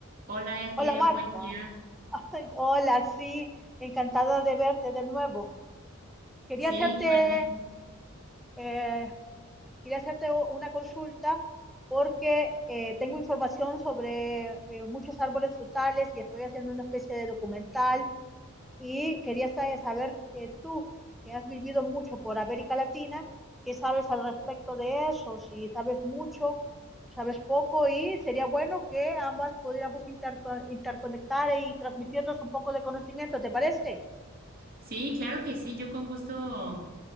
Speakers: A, on the right; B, in the centre.
A: Hola, Elke,
B: Hola Marta,
A: buen día.
B: <laughs> hola, sí, encantada de verte de nuevo. Quería
A: Sí,
B: hacerte
A: igualmente.
B: eh, quería hacerte u- una consulta porque eh, tengo información sobre eh, muchos árboles frutales y estoy haciendo una especie de documental y quería sa- saber eh, tú, que has vivido mucho por América Latina, ¿qué sabes al respecto de eso? Si sabes mucho, sabes poco y sería bueno que ambas pudiéramos interco- interconectar y transmitirnos un poco de conocimiento, ¿te parece?
A: Sí, claro que sí, yo con gusto,